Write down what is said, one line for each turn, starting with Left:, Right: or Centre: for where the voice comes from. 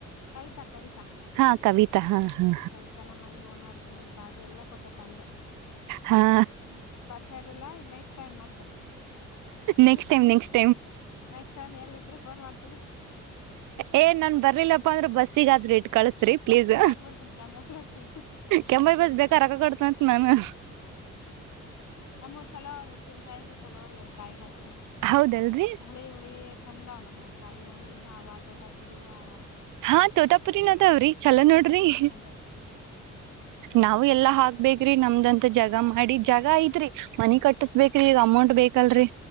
Left: ಕವಿತಾ ಕವಿತಾ
Right: ಹಾ ಕವಿತಾ ಹಾ ಹಾ
Left: ಕವಿತಾ ನ ಮನಿ ಓನರ್. ಈ ಬಾಜು ಎಲ್ಲಾ ಕೊಟ್ಟೆ ತಂದ.
Right: ಹಾಾ.
Left: ಸರಿಲ್ಲ ಈಗ ನೆಕ್ಸ್ಟ್ ಟೈಮ್ ಮತ್ತ ಹ್ಞ
Right: next time next
Left: next time ಎಲ್ಲಿದ್ರು. ಬ ಮಾಡ. <inaudible>
Right: ಏನ್ ನನ್ ಬರ್ಲಿಲ್ಲಪ್ಪಾ ಅಂದ್ರು ಬಸ್. ಸಿಗ ಆದ್ರ ಇಡ್ರಿ. ಕಲ್ಸರಿ ಪ್ಲೀಸ್
Left: ಬಸ್ಸಿಗೆ ಹಾಕ್ಬಿಡ್ತನ್ ಕೆಂಬಾವಿ ಬಸ್ಸಿಗೆ
Right: ಕೆಂಪಯ್ಯ ಬಸ್ ಬೇಕಾ ರಕ್ಕಕೋಡ್. ಸತ್ ನಾನ.
Left: ನಮ್ಮ ಚಲೋರಿ ಉಪ್ಪಿನಕಾಯಿಗೆ ಚಲೋರಿ ಅವ್ರ ಕಾಯಿಗಳು
Right: ಹೌದಲ್ರರಿ
Left: ಹುಳಿ ಹುಳಿ ಚಂದವ್ ನಮ್ ಕಾಯಿ ಹೊಳಿಯನ ಅವ ತೋತ ಪುರಿವು ಅವ.
Right: ಹಾ ತೋತಾಪುರಿನು ಅದಾವ್ರಿ. ಚಲೋ
Left: ತೋತಾಪುರಿನೂ
Right: ನೋಡ್ರಿ
Left: ಅದಾವ್ರಿ.
Right: ನಾವು ಎಲ್ಲಾ ಹಾಕ್ಬೇಕ್ರಿ ನಮ್ದಂತ ಜಗ ಮಾಡ್ ಜಗ ಇದ್ರೀ ಮನಿ ಕಟ್ಟಿಸ್ಬೇಕ್ರಿ ಈಗ ಅಮೌಂಟ್ ಬೇಕಲ್ರಿ.